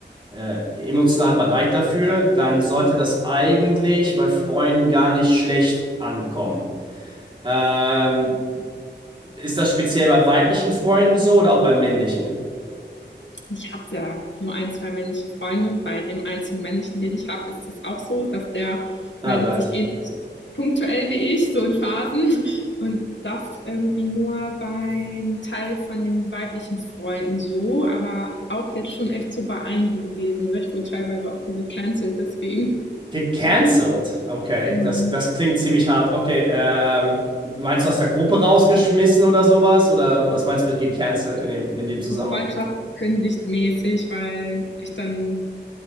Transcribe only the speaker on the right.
äh, emotional bereit dafür, dann sollte das eigentlich bei Freunden gar nicht schlecht ankommen. Ähm, ist das speziell bei weiblichen Freunden so oder auch bei männlichen?
Oh
Gott.
Gecancelt? Okay,
das, das klingt ziemlich hart. Okay, ähm, meinst du aus der Gruppe rausgeschmissen oder sowas? Oder was meinst du mit gecancelt in dem, in dem Zusammenhang?